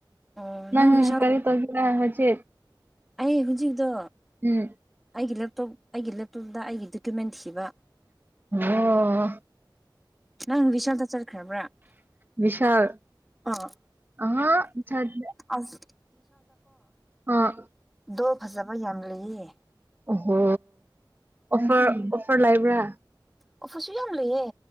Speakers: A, in the centre; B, on the right.
A: ꯑꯣ
B: ꯅꯪ
A: ꯕꯤꯁꯥꯜ
B: ꯀꯔꯤ ꯇꯧꯕꯔ ꯍꯧꯖꯤꯛ
A: ꯑꯩ ꯍꯧꯖꯤꯛꯗꯣ
B: ꯎꯝ
A: ꯑꯩꯒꯤ ꯂꯦꯞꯇꯣꯞ ꯑꯩꯒꯤ ꯂꯦꯞꯇꯣꯞ ꯗ ꯑꯩꯒꯤ ꯗꯣꯀꯨꯃꯦꯟ ꯊꯤꯕ
B: ꯑꯣ
A: ꯅꯪ ꯕꯤꯁꯥꯜꯗ ꯆꯠꯈ꯭ꯔꯕ꯭ꯔꯥ
B: ꯕꯤꯁꯜ
A: ꯑꯥ
B: ꯑꯍꯥ ꯁꯠ
A: ꯑꯁ
B: ꯑꯥ
A: ꯗꯣ ꯐꯖꯕ ꯌꯥꯝ ꯂꯩꯌꯦ
B: ꯑꯣꯍꯣ ꯑꯣꯐꯔ ꯑꯣꯐꯔ ꯂꯩꯕ꯭ꯔꯥ
A: ꯑꯣꯐ꯭ꯔꯁꯨ ꯌꯥꯝ ꯂꯩꯌꯦ